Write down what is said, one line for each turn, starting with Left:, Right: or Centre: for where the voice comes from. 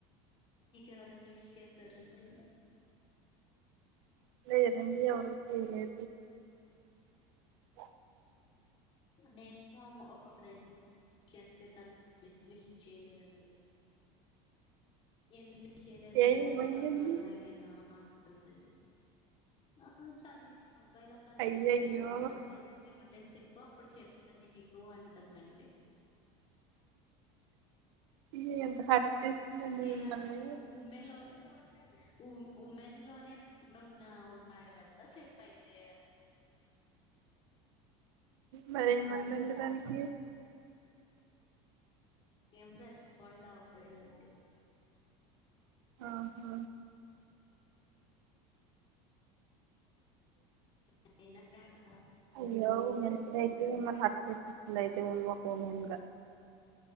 Left: ఎవరయినా విష్ చేశారండి
Right: <inaudible>
Left: నేను ఒక ఫ్రెండ్ చేస్తే తను విష్ చేయలేదండి ఎందుకు విష్ చేయలేదని
Right: ఏ
Left: అడిగితే
Right: ఏమైందండి
Left: నువ్వు అసలు అమ్మాయివేనా ఆ అందండి ఆ తనకి అబ్బాయి లా కనిపిస్తున్నానంట
Right: అయ్యయ్యో
Left: బాయ్స్ంటే చెప్పు అప్పుడు చెప్తా నీకు అంటుందండి
Right: ఇది ఎంత హర్ట్ చేస్తుందండి
Left: నేనన్నాను
Right: మిమ్మల్ని
Left: ఉమ్మెన్ లోనే ఉమ్ ఉమెన్ లోనే మెన్ ఉన్న ఉ అన్నాడు కదా చెప్పయితే
Right: మరి ఏమైందండి దానికి
Left: ఏం రెస్పాండ్ అవ్వలేదండి
Right: ఆహా
Left: <inaudible>
Right: అయ్యో ఉమెన్స్ డే కి ఏమన్నా హర్ట్ చేసేసింది అయితే <inaudible> ఒక ఉమెన్ గా